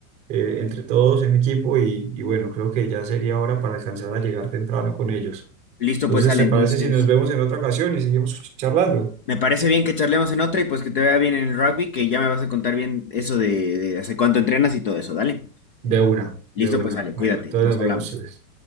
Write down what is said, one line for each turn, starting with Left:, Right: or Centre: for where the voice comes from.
Right: eh, entre todos en equipo y, y bueno, creo que ya sería hora para alcanzar a llegar temprano con ellos.
Left: listo,
Right: Entonces,
Left: pues Ale,
Right: ¿te
Left: entonces
Right: parece si nos vemos en otra ocasión y seguimos charlando?
Left: me parece bien que charlemos en otra y pues que te vea bien en el rugby, que ya me vas a contar bien eso de, de hace cuánto entrenas y todo eso, dale.
Right: De una,
Left: Listo,
Right: de una,
Left: pues Ale, cuídate,
Right: vale. Entonces
Left: nos
Right: nos
Left: hablamos.
Right: vemos, Chiles.